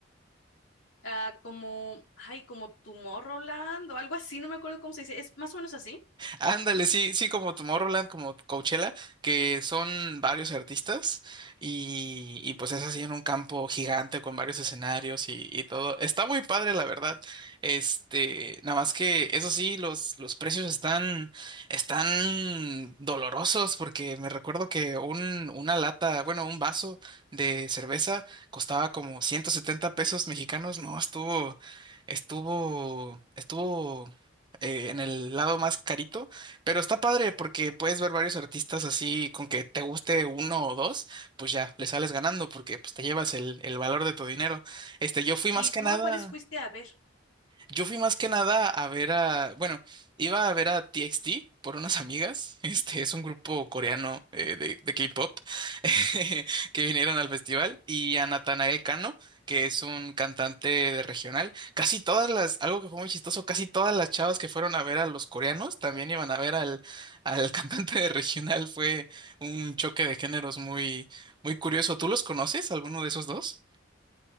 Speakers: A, on the left; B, on the right.
A: Ah, como, ay, como Tomorrowland o algo así, no me acuerdo cómo se dice, es más o menos así.
B: Ándale, sí, sí, como Tomorrowland, como Coachella, que son varios artistas y, y pues es así en un campo gigante con varios escenarios y, y todo. Está muy padre, la verdad. Este, nada más que eso sí, los, los precios están, están dolorosos porque me recuerdo que un, una lata, bueno, un vaso de cerveza costaba como 170 pesos mexicanos. No, estuvo, estuvo, estuvo eh, en el lado más carito pero está padre porque puedes ver varios artistas así, con que te guste uno o dos, pues ya le sales ganando porque pues te llevas el, el valor de tu dinero. Este, yo fui más
A: ¿Y
B: que
A: tú
B: nada.
A: a cuáles fuiste a ver?
B: Yo fui más que nada a ver a, bueno, iba a ver a TXT por unas amigas. <laughs> Este es un grupo coreano eh, de, de K-pop <laughs> que vinieron al festival y a Natanael Cano, que es un cantante de regional. Casi todas las, algo que fue muy chistoso, casi todas las chavas que fueron a ver a los coreanos también iban a ver al, al <laughs> cantante de regional. Fue un choque de géneros muy, muy curioso. ¿Tú los conoces, alguno de esos dos?